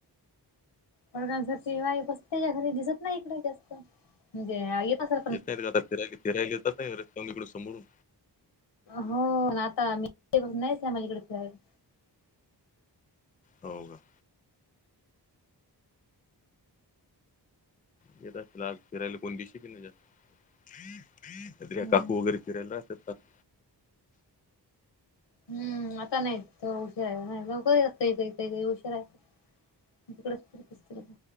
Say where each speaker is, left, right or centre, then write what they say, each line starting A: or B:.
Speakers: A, on the left; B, on the left.
A: प्रधान सरची वाहीफ असते या घरी दिसत नाही इकडे जास्त. म्हणजेे येत असल.
B: येत नाही का आत्ता फिरायला. फिरायला येतात ना रस्तावर इकड समोरून.
A: हो आता मी नाहीच नाही आम्हाला इकडे फिरायला.
B: हो का येत असत आज फिरायला कोण दिवशी भी नाही जास्त. त्या
A: हम्म
B: काकू वगैरे फिरायला राहता. तर <unintelligible>
A: हूम्म आता नाही तो उशीरा येणार नाही लवकर येतोय काही काही उशिरा तिकडेच फिरत असतोय.